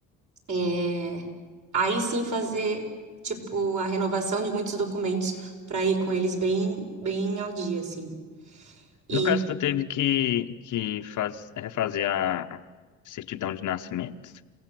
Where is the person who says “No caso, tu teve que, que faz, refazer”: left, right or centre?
Left